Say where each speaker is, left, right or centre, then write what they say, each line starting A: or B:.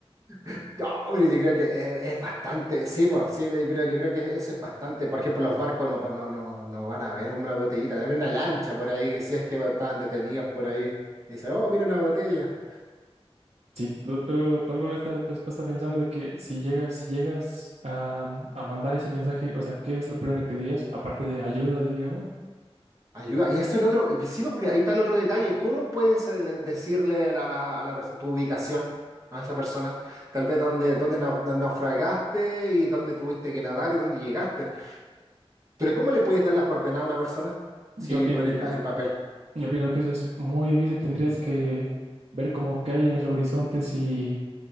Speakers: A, on the right (about 30°); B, on the right (about 80°).
A: No, pero yo creo que es, es bastante, sí, pues, sí, pero yo creo que eso es bastante. Por ejemplo, los barcos no, no, no, no van a ver una botellita, van a ver una lancha por ahí, que si es que estaban detenidos por ahí. Y dice, oh, mira una botella.
B: Sí, tú, tú- tú alguna vez te, te has puesto a pensar de que si llegas, si llegas a, a mandar ese mensaje, o sea, ¿qué es lo primero que dirías? Aparte de ayuda, digamos.
A: Ayuda. Y eso es el otro, sí, pues, porque ahí está el otro detalle. ¿Cómo puedes eh, decirle a la, a la- a la pers- tu ubicación a esa persona? Tal vez dónde, dónde nau- nau- naufragaste y dónde tuviste que nadar y dónde llegaste. Pero ¿cómo le puedes dar las coordenadas a una persona?
B: Yo
A: Sí,
B: pienso.
A: con- en pa- en papel.
B: Yo pienso que eso es muy difícil. Tendrías que ver como qué hay en el horizonte si,